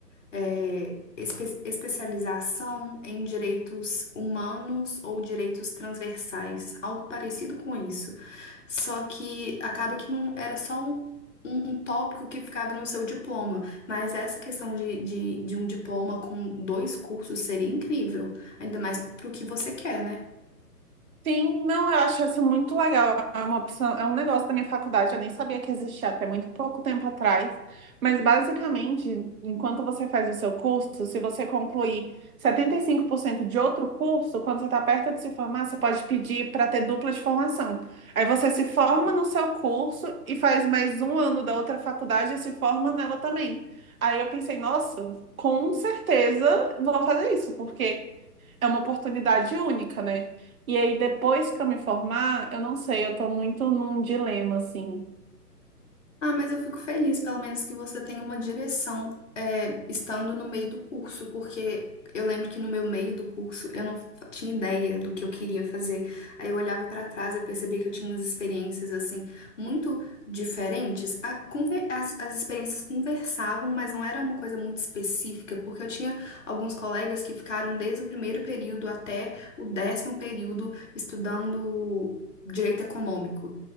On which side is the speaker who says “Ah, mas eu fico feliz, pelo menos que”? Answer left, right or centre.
Left